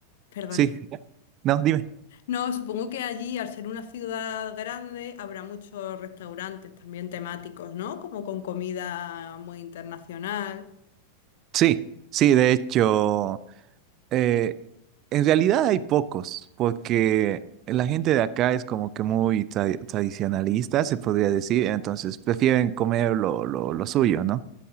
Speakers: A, on the left; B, on the right.
A: perdona.
B: Sí, no, dime.
A: No, supongo que allí, al ser una ciudad grande, habrá muchos restaurantes también temáticos, ¿no? Como con comida muy internacional.
B: Sí, sí, de hecho, eh, en realidad hay pocos, porque la gente de acá es como que muy tra- tradicionalista, se podría decir, entonces prefieren comer lo, lo, lo suyo, ¿no?